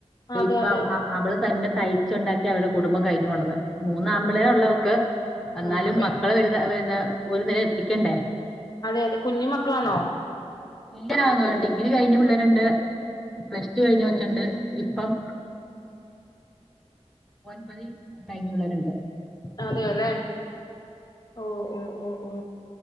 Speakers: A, on the left (about 35°); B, in the centre.
A: അതെ
B: ഇപ്പോ
A: അതെ
B: പാ
A: അതെ
B: അവൾ തന്നെ തയ്യ്ചച്ചു ഉണ്ടാക്കി അവരുടെ കുടുംബം കഴിഞ്ഞു പോണത് മുന്നാമ്പിള്ളേരെ
A: ഓ ഓ
B: ഉള്ളു അവക്ക് എന്നാലും
A: ആഹ് അതെ
B: മക്കളെ വലുത് വ ന്താ ഒരു നിലെ എത്തിക്കണ്ടേ
A: അത് കുഞ്ഞു മക്കളാണോ
B: ഇല്ല ഡിഗ്രി കഴിഞ്ഞ് പിള്ളേരുണ്ട് പ്ലസ് ടു കഴിഞ്ഞാ
A: ഓ
B: കൊച്ചുണ്ട് ഇപ്പം ഒൻമ്പതി കഴിഞ്ഞാ പിള്ളേർ ഉണ്ട്‌
A: അതെയല്ലേ ഓ ഓ ഓ ഓ